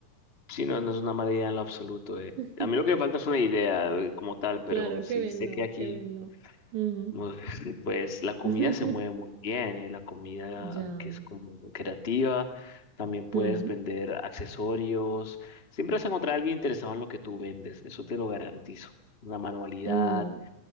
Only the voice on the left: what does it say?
Sí, no, no es una mala idea en lo absoluto. eh.
A mí lo que me falta es una idea eh, como tal, pero
sí
sé que aquí,
uf, <laughs> pues la comida
se mueve muy bien, eh, la comida
que es como creativa, también puedes
vender accesorios, siempre vas a encontrar a alguien interesado en lo que tú vendes, eso te lo garantizo. Una manualidad